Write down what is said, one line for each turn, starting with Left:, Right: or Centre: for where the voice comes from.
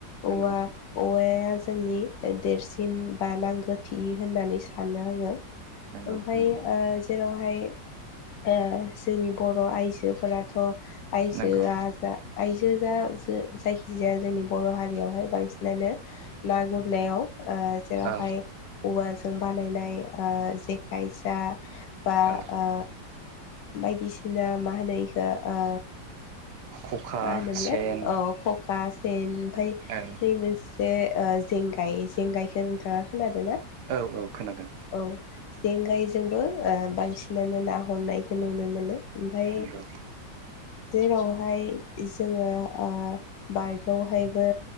Right: नंगौ
Left: औवा औवाया जोंनि देरसिन बा नांगौथि होननानै सानो आङो।
Right: नंगौ
Left: ओमफाय
Right: नंगौ
Left: ओ जेरावहाय ओ जोंनि बर' आइजो फोराथ' आइजोआ
Right: नंगौ
Left: जा आइजोआ जायखिजाया जोंनि बर' हारियावहाय बांसिनानो ना गुरनायाव ओ जेरावहाय
Right: औ
Left: औवाजों बानायनाय ओ जेखाइ जा बा
Right: औ
Left: ओ बायदिसिना मा होनो इखौ ओ
Right: खखा
Left: मा होनोमोनलाय
Right: सेन
Left: औ खकास। जेन ओमफाय
Right: औ
Left: नै मोनसे ओ जेंगाय जेंगायखौ नोंथाङा खोनादों ना।
Right: औ औ खोनादों।
Left: औ जेंगायजोंबो ओ बांसिनानो ना हमनायखौ नुनो मोनो ओमफाय
Right: नंगौ
Left: जेरावहाय जोङो ओ बाजयावहायबो